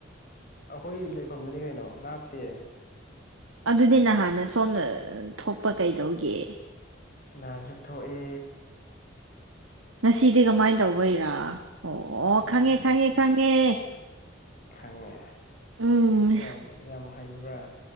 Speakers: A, on the left; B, on the right.
A: ꯑꯈꯣꯏ ꯂꯩꯐꯝꯗꯨꯅꯤ ꯀꯩꯅꯣ ꯂꯥꯞꯇꯦ
B: ꯑꯗꯨꯗꯤ ꯅꯍꯥꯟꯅ ꯁꯣꯝꯗ ꯊꯣꯛꯄ ꯀꯩꯗꯧꯒꯦ
A: ꯅꯥꯟꯁꯨ ꯊꯣꯛꯑꯦ
B: ꯉꯁꯤꯗꯤ ꯀꯃꯥꯏꯟ ꯇꯧꯕꯩꯔꯥ ꯑꯣ
A: ꯑꯁ
B: ꯈꯪꯉꯦ ꯈꯪꯉꯦ
A: ꯑꯁ
B: ꯈꯪꯉꯦ
A: ꯈꯪꯉꯦ
B: ꯎꯝ
A: ꯌꯥꯝ ꯌꯥꯝ ꯍꯩꯕ꯭ꯔꯥ